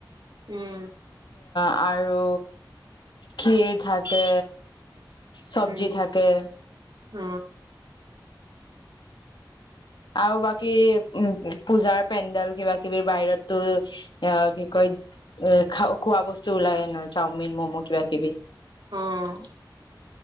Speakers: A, on the right (about 70°); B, on the left (about 75°).
A: উম
B: আৰু ক্ষীৰ থাকে চবজি
A: উম
B: থাকে
A: অ
B: আৰু বাকী উ পূজাৰ পেণ্ডেল কিবা কিবি বাহিৰততো এ কি কয় এ খ খোৱা বস্তু ওলায় নহয় চাওমিন ম'ম' কিবা কিবি
A: অঁ